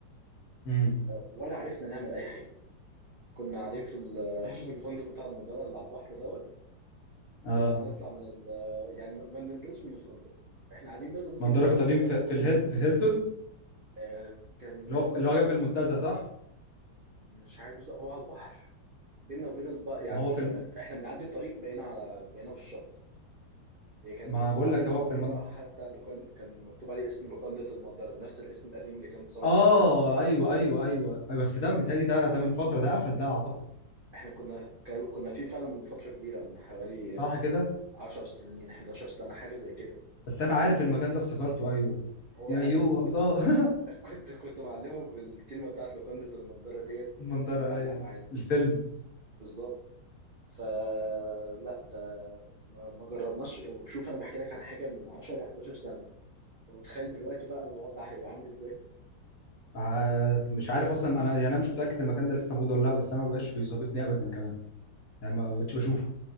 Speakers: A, on the left; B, on the right.
A: امم
B: ولا عرفنا نعمل أي حاجة كنا قاعدين في ال- <laughs> في الفندق بتاع المنظرة اللي على البحر دوت
A: اه
B: كنا بنطلع من ال يعني ما ما بننزلش من الفندق احنا قاعدين بس بنطلع
A: ما انا
B: نقعد
A: كنت قاعدين
B: في البلكونة
A: في في الهيل في الهيلتون
B: آه، كان
A: اللي
B: هو
A: هو في اللي هو جنب المنتزه صح
B: مش عارف بالظبط هو على البحر بينا وبين الب... يعني
A: ما هو في الم...
B: آه، احنا بنعدي الطريق بقينا على- بقينا في الشط هي كان
A: ما
B: مكتوب
A: بقول
B: عليه
A: لك
B: من
A: هو في
B: بره
A: المن...
B: حتى لو كان كان مكتوب عليه اسم لوكاندة المنظرة نفس الاسم القديم اللي كان اتصور
A: اه
B: بيه الفيلم
A: ايوه ايوه ايوه أيوة، بس ده متهيألي ده ده من فتره ده قفل ده اعتقد
B: احنا كنا كان- كنا فيه فعلا من فترة كبيرة من حوالي
A: صح كده
B: 10 سنين 11 سنة حاجة زي كده
A: بس انا عارف المكان ده افتكرته ايوه
B: هو
A: يا
B: انا
A: ايوه
B: كنت
A: الله <laughs>
B: كنت كنت معلمه بالكلمه بتاعت لوكاندو دي المندله ديت
A: المنظره
B: كانت معلقه
A: ايوه
B: معايا
A: الفيلم
B: بالظبط فلا ده ما ما جربناش وشوف انا بحكي لك عن حاجه من 10 ل 11 سنه فمتخيل دلوقتي بقى الوضع هيبقى عامل ازاي
A: آه، مش عارف اصلا انا يعني انا مش متاكد المكان ده لسه موجود ولا لا بس انا ما بقاش بيصادفني ابدا كمان يعني ما بقتش بشوفه